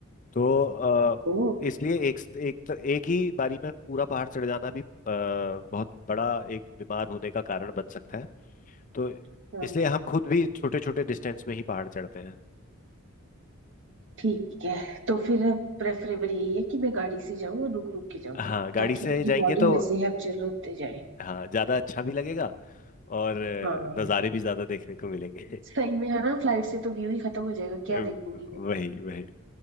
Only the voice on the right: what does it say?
ओ
अच्छा
ठीक है तो फिर प्रेफरेबल यही है कि मैं गाड़ी से जाऊं और रुक रुक के जाऊं
ताकि
मेरी
बॉडी
वैसे हैबिचुअल होते जाए
हाँ
सही में है ना फ्लाइट से तो व्यू ही खत्म हो जाएगा
क्या देखूंगी मैं